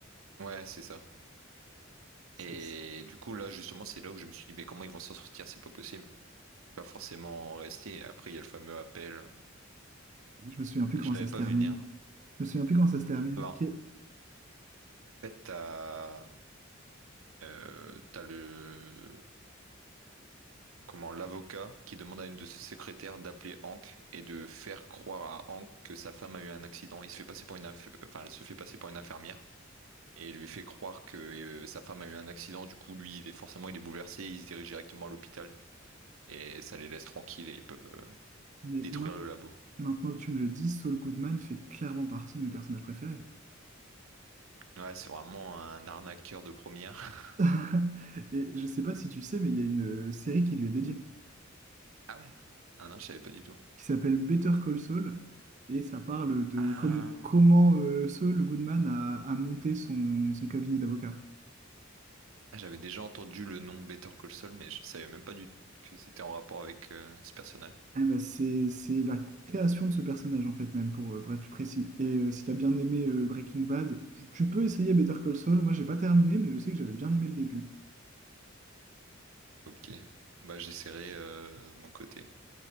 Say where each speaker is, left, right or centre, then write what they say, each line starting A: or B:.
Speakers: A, on the right (about 85°); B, on the right (about 35°).
A: ouais, c'est ça.
B: Cette-
A: Et du coup, là, justement, c'est là où je me suis dit, mais comment ils vont s'en sortir? C'est pas possible. Pas forcément rester. Après, il y a le fameux appel.
B: Je me souviens plus
A: Et
B: comment
A: je
B: ça
A: l'avais
B: se
A: pas
B: termine.
A: vu venir.
B: Je me souviens plus comment ça se termine.
A: Enfin, en
B: Ok.
A: fait, t'as euh, t'as le comment l'avocat qui demande à une de ses secrétaires d'appeler Hank et de faire croire à Hank que sa femme a eu un accident. Il se fait passer pour une inf- enfin, elle se fait passer pour une infirmière et lui fait croire que euh, sa femme a eu un accident. Du coup, lui, il est forcément il est bouleversé, il se dirige directement à l'hôpital et ça les laisse tranquilles et ils peuvent euh,
B: Mais
A: détruire
B: mince.
A: le labo.
B: Maintenant que tu me le dis, Saul Goodman fait clairement partie de mes personnages préférés.
A: Ouais, c'est vraiment un arnaqueur de première.
B: <laughs>
A: <laughs>
B: Et je sais pas si tu sais, mais il y a une euh, série qui lui est dédiée,
A: Ah ouais. Ah non, je savais pas du tout.
B: qui s'appelle Better Call Saul, et ça parle de
A: Ah,
B: com- comment euh, Saul Goodman a, a monté son, son cabinet d'avocat.
A: Ah, j'avais déjà entendu le nom Better Call Saul, mais je savais même pas du tout que c'était en rapport avec euh, ce personnage.
B: Eh ben, c'est, c'est la création de ce personnage, en fait, même, pour, euh, pour être plus précis. Et euh, si t'as bien aimé euh, Breaking Bad, tu tu peux essayer Better Call Saul. Moi, j'ai pas terminé, mais je sais que j'avais bien aimé le début.
A: Ok, bah j'essaierai euh, de mon côté.